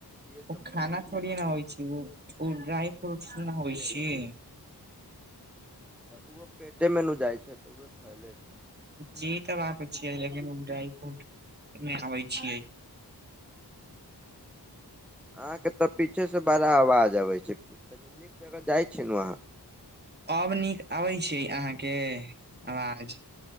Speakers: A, in the centre; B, on the right (about 25°).
A: इहे
B: ओ
A: सब
B: खाना
A: खैले छी
B: थोड़िये न होइ छैय ओ ड्राइफ्रूट न होइ छी।
A: त ओहो पेटेमे नु जाइ छैय तऽ ओ फैले छैय।
B: जी तऽ बात छियै लेकिन उ ड्राई फ्रूट- मे आबै य छियै।
A: अहां के तऽ पीछे से बड़ा आवाज आबेय छै कनी निक जगह जाय छी नु वहां।
B: आब नीक अबैय छैय अहांके -आवाज?